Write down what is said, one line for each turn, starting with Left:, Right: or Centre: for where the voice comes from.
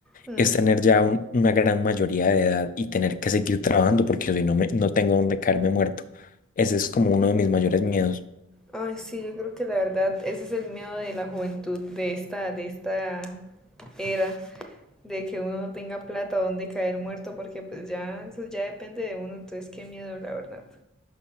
Centre: Hmm.
Left: es tener ya un- una gran mayoría de edad y tener que seguir trabajando porque si no, me, no tengo donde caerme muerto. Ese es como uno de mis mayores miedos.
Centre: Ay, sí, yo creo que la verdad, ese es el miedo de la juventud, de esta, de esta era, de que uno no tenga plata o dónde caer muerto, porque pues ya, eso ya depende de uno, entonces qué miedo, la verdad.